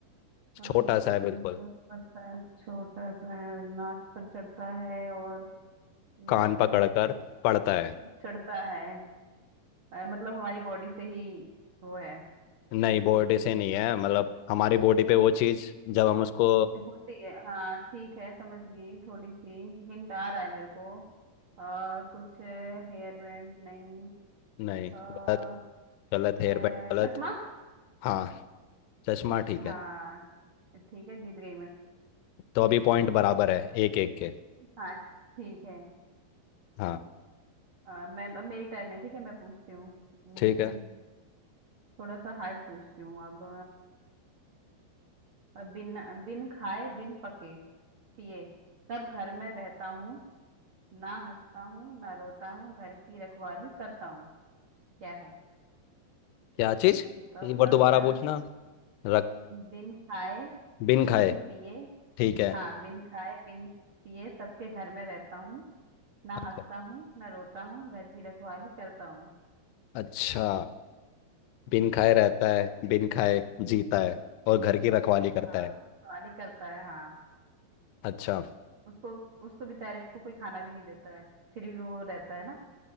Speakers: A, on the right (about 65°); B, on the left (about 85°).
A: कान
B: छोटा सा
A: पकड़
B: है बिल्कुल
A: कर करता है छोटा सा है नाक पर चढ़ता है और हम्म,
B: कान
A: कान
B: पकड़कर
A: पकड़
B: पढ़ता है
A: चढ़ता है अ, मतलब हमारी बॉडी से ही वो है हम्म,
B: नहीं बॉडी से नहीं है मतलब हमारी बॉडी पे वो चीज जब हम उसको
A: होती है हाँ ठीक है समझ गई थोड़ी सी हिंट आ रहा है मेरे को आ, कुछ हेयर बैंड नहीं
B: नहीं
A: अ,
B: गलत गलत हेयर
A: अ,
B: बैंड गलत
A: चश्मा
B: हाँ चश्मा ठीक
A: हाँ
B: है
A: ठीक है जीत गई मैं
B: तो अभी पॉइंट बराबर है एक एक के
A: हाँ ठीक है
B: हाँ
A: अ, मैं अब मेरी टर्न है ठीक है मैं पूछती हूँ हम्म,
B: ठीक है
A: थोड़ा सा हार्ड पूछती हूँ अब अ, बिन बिन खाए बिन पके पिए सब घर में रहता हूँ ना हंसता हूँ ना रोता हूँ घर की रखवाली करता हूँ क्या है
B: क्या चीज
A: बताओ
B: एक
A: बताओ
B: बार दोबारा
A: बताओ
B: पूछना रख
A: बिन खाए
B: बिन खाए
A: बिन पिए
B: ठीक है
A: हाँ बिन खाए बिन पिए सबके घर में रहता हूँ ना
B: अच्छा
A: हंसता हूँ ना रोता हूँ घर की रखवाली करता हूँ
B: अच्छा
A: हम्म
B: बिन खाए रहता है बिन खाए जीता है और घर की रखवाली करता
A: हाँ
B: है
A: रखवाली करता है हाँ
B: अच्छा
A: उसको उसको बेचारे को कोई खाना भी नहीं देता है फिर भी वो रहता है ना